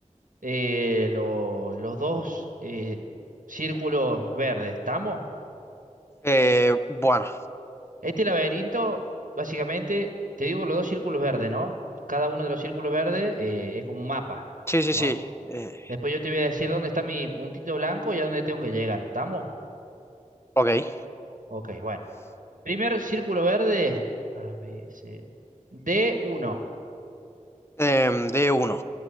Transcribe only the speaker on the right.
eh, lo- los dos eh, círculos verdes. ¿Estamos?
Este laberinto, básicamente, te digo los dos círculos verdes, ¿no? Cada uno de los círculos verdes eh, es como un mapa,
¿no?
Después yo te voy a decir dónde está mi puntito blanco y a dónde tengo que llegar. ¿Estamos?
Ok, bueno. Primer círculo verde. A, B, C. d uno.